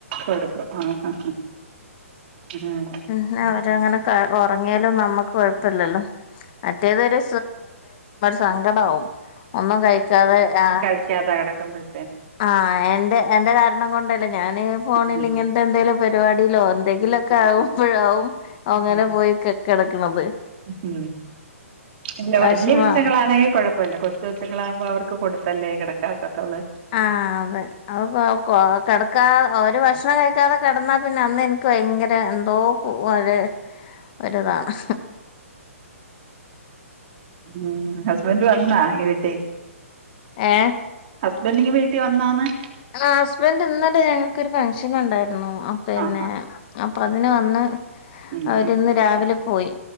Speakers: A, on the right; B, on the left.
A: കൊടുക്കും ആഹ് ആഹ് ഉം
B: പി അവരങ്ങനെ ഉറങ്ങിയാലും നമ്മുക്ക് കൊഴപ്പല്ലല്ലോ മറ്റേതൊരു സങ്കടാവും ഒന്നും കഴിക്കാതെ ആ
A: ക്കാതെ കിടക്കുമ്പൊഴെ
B: ആഹ് എന്റെ എന്റെ കാരണം കൊണ്ടല്ലേ ഞാന് ഫോണിൽ
A: ഉം
B: ഇങ്ങനത്തെ എന്തെലിലും പരിപാടിയിലോ എന്തെങ്കിലുമൊക്കെ ആകുമ്പോഴാവും അങ്ങനെ പോയിക്ക കിടക്കണത്
A: ഉ ഉംല്ല
B: വെഷമാവും
A: വലിയ വിഷങ്ങളാണെങ്കിൽ കുഴപ്പ ഇപ്പല്ല കൊച്ച് കൊച്ച്ങ്ങളാവുമ്പോ അവർക്ക് കൊടുത്തല്ലേ കിടക്കാ ഒക്കത്തുള്ളൂ
B: ആഹ് അതെ ഔ കൊ കിടക്കാത ഒര ഭക്ഷണം കഴിക്കാതെ കെടന്നാ പിന്നെ അന്ന് എനിക്ക് ഭയങ്കര തോപോലൊരു ഒരുതാണ്
A: ളം ഹസ്ബൻഡ് വന്നോ <unintelligible>
B: ഏ
A: ഹസ്ബൻങ്ങി വീട്ടി വന്നോന്ന്?
B: ആ ഹസ്ബന്ഡ് ഇന്നലെ ആ ഞങ്ങക്ക് ഒരു ഫംഗ്ഷൻ ഉണ്ടായിരുന്നു പിന്നെ
A: ആ ആ
B: അപ്പൊ അതിന് വന്ന്
A: ഉം
B: അവരിന്ന്
A: ഉം
B: രാവിലെ പോയി